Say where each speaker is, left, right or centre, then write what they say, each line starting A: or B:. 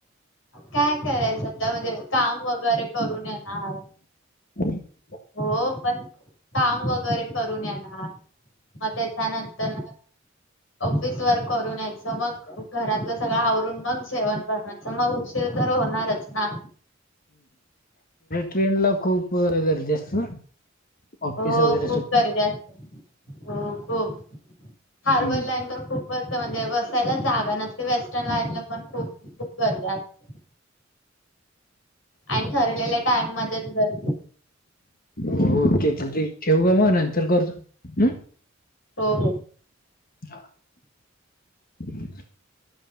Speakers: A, on the left; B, on the left.
A: काय करायचं आता म्हणजे काम वगैरे करून येणार.
B: अन ऎंटिलेजेबल
A: हो पण काम वगैरे करून येणार. मग त्याच्या नंतर
B: अन ऎंटिलेजेबल
A: ऑफिस वर्क करून यायच मग घरातल सगळ आवरून मग जेवण बनवायच मग ते तर होणारच ना
B: ट्रेनला खुप गर्दी असते ना ऑफिस
A: हो
B: वगैरे
A: खूप
B: सु
A: गर्दी असते हो खुप हार्बर
B: हम्म
A: लाईन तर खुप म्हणजे बसायला जागा न असते वेस्टर्न लाईनला पण खुप खुप गर्दी असते. आणि ठरलेल्या टाइम मध्येच गर्दी.
B: होक तर ते ठेऊू का मग नंतर करतो हम्
A: हो हो
B: हा